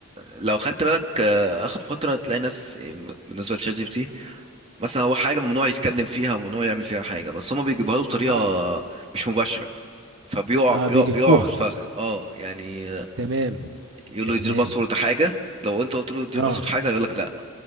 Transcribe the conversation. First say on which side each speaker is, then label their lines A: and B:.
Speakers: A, on the right; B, on the right.
A: لو خدت بالك آه، اخر فتره تلاقي ناس آه، بالنسبه لشات جي بي تي مثلا هو حاجه ممنوع يتكلم فيها وممنوع يعمل فيها حاجه بس هما بيجيبوها له بطريقه
B: اه
A: مش مباشره فبيقع
B: اه
A: بيقع
B: بيلفوها
A: بيقع في الفخ اه يعني
B: تمام
A: يقول
B: تمام
A: له يدي الباسورد حاجه لو انت قلت له ادي
B: اه
A: الباسورد حاجه هيقول لك لا